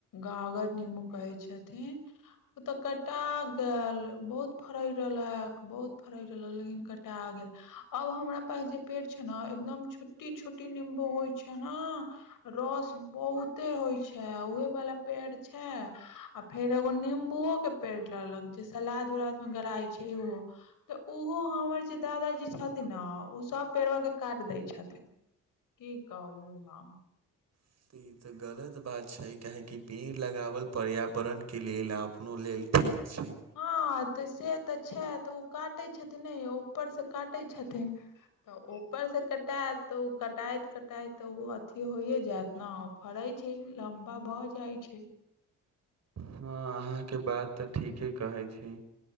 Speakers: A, on the left (about 75°); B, on the right (about 50°).
A: गगर नीबू कहै छथिन ओते कटा गेल बहुत फरै रहलक बहुत फरैत रहलक लेकिन कटा गेल अब हमरा पास जे पेड़ छै ने एकदम छोट्टी छोट्टी निम्बू होइ छै ने रस बहुते होइ छै उहे वाला पेड़ छै आ फेर एगो निम्बुओ के पेड़ लेलक जे सलाद उलाद मे गराई छै ओहो तऽ ओहो हमर जे दादा जे छथि ने ओ सभ पेड़बा के काट दै छथिन की कहू हम
B: तऽ ई तऽ गलत बात छै काहेकि पेड़ लगावल पर्यावरण के लेल आ अपनो लेल ठीक छै
A: हँ तऽ से तऽ छै तऽ ओ काटै छथिन नहि ऊपर से काटै छथिन तऽ ऊपर से कटात तऽ ओ कटाइत कटाइत तऽ ओ अथी होइये जायत ने फड़े छै लम्बा भऽ जाय छै
B: हँ अहाँके बात तऽ ठीके कहै छै